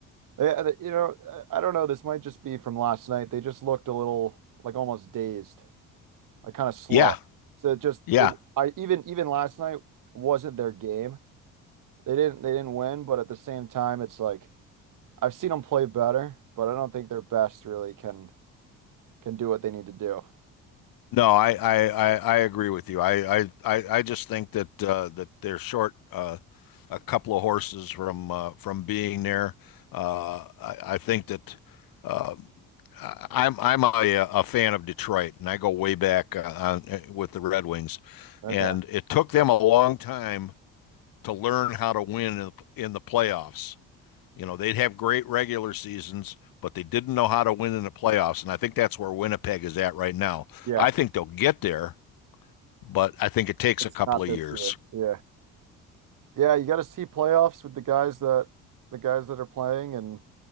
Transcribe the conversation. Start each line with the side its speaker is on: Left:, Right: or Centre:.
Right: they, you know, I I don't know. This might just be from last night. They just looked a little like almost dazed, like kind of slow.
Left: Yeah,
Right: So it just,
Left: yeah.
Right: it, I even even last night wasn't their game. They didn't they didn't win, but at the same time, it's like I've seen them play better, but I don't think their best really can can do what they need to do.
Left: No, I, I, I, I agree with you. I, I, I I just think that uh, that they're short uh, a couple of horses from uh, from being there. Uh, I, I think that uh, I- I'm I'm a, a fan of Detroit, and I go way back uh, on, eh, with the Red Wings,
Right: Okay.
Left: and it took them a long time to learn how to win in the, in the playoffs. You know, they'd have great regular seasons, but they didn't know how to win in the playoffs. And I think that's where Winnipeg is at right now.
Right: Yeah.
Left: I think they'll get there, but I think it takes
Right: It's
Left: a couple
Right: not
Left: of
Right: this
Left: years.
Right: year. Yeah. Yeah, you got to see playoffs with the guys that the guys that are playing and